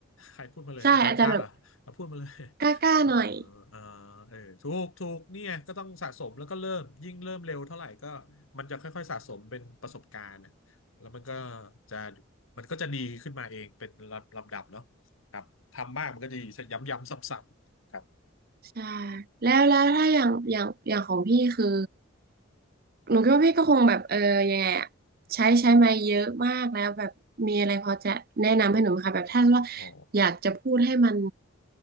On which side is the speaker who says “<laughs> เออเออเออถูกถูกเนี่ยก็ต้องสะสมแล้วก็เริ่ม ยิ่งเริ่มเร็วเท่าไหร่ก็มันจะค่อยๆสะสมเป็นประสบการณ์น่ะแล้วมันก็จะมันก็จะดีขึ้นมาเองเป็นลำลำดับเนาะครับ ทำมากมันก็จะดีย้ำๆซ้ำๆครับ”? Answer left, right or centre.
Left